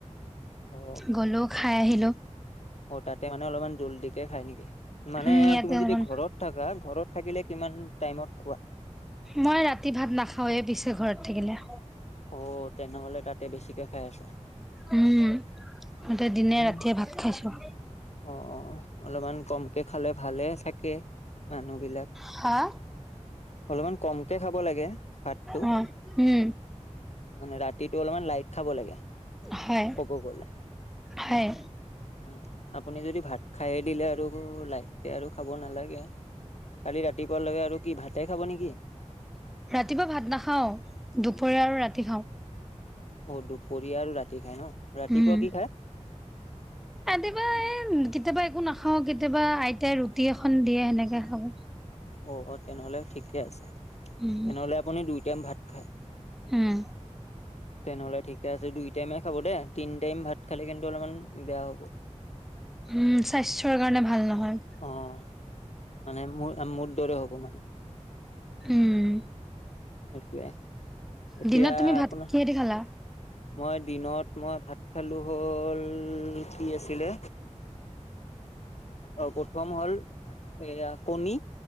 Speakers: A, on the left; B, in the centre.
A: অ
B: গ'লো খাই আহিলো।
A: অ' তাতে মানে অলপমান জল্দিকে খাই নেকি? মানে
B: উম ইয়াতে
A: তুমি
B: অকমান
A: যদি ঘৰত থাকা ঘৰত থাকিলে কিমান টাইমত খোৱা?
B: মই ৰাতি ভাত নাখাওঁৱে পিছে ঘৰত থাকিলে।
A: অ', তেনেহ'লে তাতে বেছিকে খাই আছা?
B: উম, মতে দিনে
A: উম
B: ৰাতিয়ে ভাত খাইছোঁ।
A: অ', অ', অ'অলপমান কমকে খালে ভালে থাকে মানুহ বিলাক।
B: হা?
A: অলপমান কমকে খাব লাগে ভাতটো।
B: অ উম।
A: মানে ৰাতিটো অলপমান লাইট খাব লাগে।
B: হয়,
A: ক'ব গ'লে
B: হয়।
A: উম, আপুনি যদি ভাত খাইে দিলে আৰু ওলাই। তাকে আৰু খাব নালাগে, কালি ৰাতিপুৱা লৈকে আৰু কি ভাতে খাব নেকি?
B: ৰাতিপুৱা ভাত নাখাওঁ, দুপৰীয়া আৰু ৰাতি খাওঁ।
A: অ', দুপৰীয়া আৰু ৰাতি খাই ন, ৰাতিপুৱা
B: উম
A: কি খায়?
B: ৰাতিপুৱা এ কেতিয়াবা একো নাখাওঁ কেতিয়াবা আইতাই ৰুটি এখন দিয়ে সেনেকে খাওঁ।
A: অ', অ'তেনেহ'লে ঠিকে আছে,
B: উম
A: তেনেহ'লে আপুনি দুই টাইম ভাত খায়?
B: উম
A: তেনেহ'লে ঠিকে আছে দুই টাইমে খাব দেই তিনি টাইম ভাত খালে কিন্তু অলপমান! বেয়া হ'ব
B: উম স্বাস্থ্যৰ কাৰণে ভাল নহয়
A: অ'। মানে মোৰ মোৰ দৰে হ'ব মানে।
B: উম,
A: এইটোৱে এতিয়া
B: দিনত তুমি ভাত
A: আপোনাৰ
B: কিহেদি খালা?
A: মই দিনত মই ভাত খালোঁ হ'ল কি আছিলে। অ', প্ৰথম হ'ল এয়া কণী।